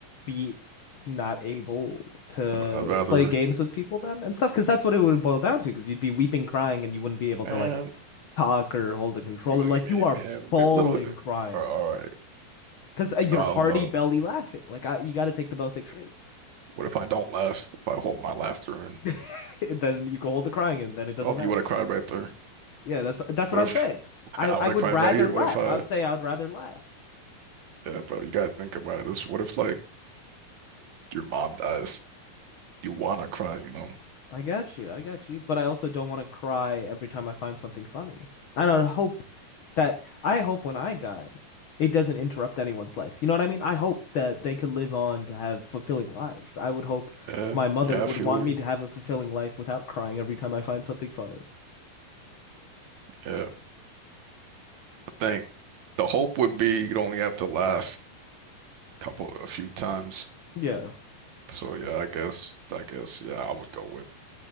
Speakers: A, on the left; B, on the right.
A: be not able to
B: I'd I'd rather,
A: play games with people then and stuff? Because that's what it would boil down to. Because you'd be weeping, crying, and you wouldn't be able
B: man,
A: to like talk or hold a controller.
B: you know,
A: Like
B: you mean,
A: you are
B: man,
A: bawling,
B: a little,
A: crying
B: all all right,
A: because
B: you
A: you're
B: know, I'll,
A: hearty
B: uh,
A: belly laughing. Like I, you got to take the both extremes.
B: what if I don't laugh? If I hold my laughter in?
A: <laughs> Then you can hold the crying in. Then it doesn't
B: Oh,
A: matter.
B: you would have cried right there.
A: Yeah, that's that's
B: What
A: what I'm
B: if
A: saying.
B: <laughs>
A: I
B: I
A: I
B: would
A: would
B: have cried
A: rather
B: right here?
A: laugh.
B: What if I
A: I would say I would rather laugh.
B: Yeah, bro, you gotta think about it. This, what if like your mom dies? You wanna cry, you know?
A: I got you. I got you. But I also don't want to cry every time I find something funny. I don't hope that I hope when I die, it doesn't interrupt anyone's life. You know what I mean? I hope that they could live on to have fulfilling lives. I would hope
B: Yeah,
A: my mother
B: yeah,
A: would
B: I feel
A: want
B: you.
A: me to have a fulfilling life without crying every time I find something funny.
B: Yeah, I think the hope would be you'd only have to laugh a couple, a few times.
A: Yeah.
B: So yeah, I guess, I guess, yeah, I would go with